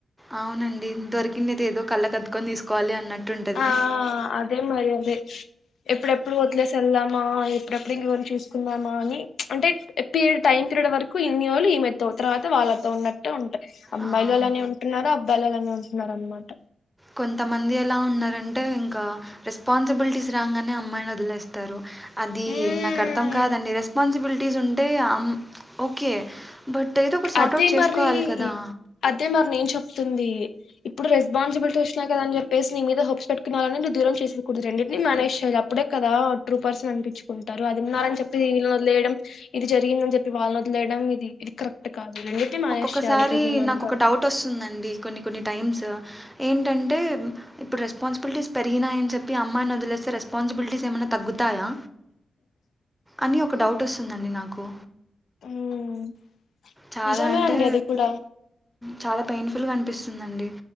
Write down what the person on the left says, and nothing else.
ఆ అదే మరి అదే ఎప్పుడెప్పుడు పో వదిలేసి వెళ్దామా ఎప్పుడెప్పుడు ఇంకోన్ని చూసుకుందామా అని అంటే పీ టైమ్ పీరియడ్ వరకు ఇ వాళ్ళు ఈమెతో తర్వాత వాళ్ళ తో ఉన్నట్టు ఉంటాయి అమ్మాయిలు
అలానే ఉంటున్నారు అబ్బాయిలు అలానే ఉంటున్నారు అన్నమాట
హ్మ్
అదే
మరి
అదే మరి నేను చెప్తుంది ఇప్పుడు రెస్పాన్సిబిలిటీస్ వచ్చినయి కదా అని చెప్పి ప్లేస్ నీమీద హోప్స్ పెట్టుకున్నవాలని దూరం చేసుకోకూడదు రెండింటినీ మ్యానేజ్ చేయాలి అప్పుడే కదా ట్రూ పర్సన్ అనిపించుకుంటవ్ వారు అది ఉన్నారు అని చెప్పి వీళ్ళ ను వదిలేయడం ఇది జరిగిందని చెప్పి వాళ్లని వదిలేయడం ఇది కరెక్ట్ కాదు <unintelligible>
చేయాలి ఒక హ్యూమన్
గా
మ్మ్.
నిజమే
అండి అది కూడా